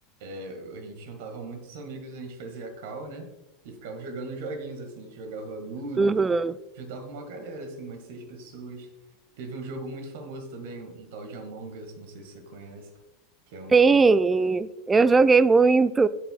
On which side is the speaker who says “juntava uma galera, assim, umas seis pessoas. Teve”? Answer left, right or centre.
Right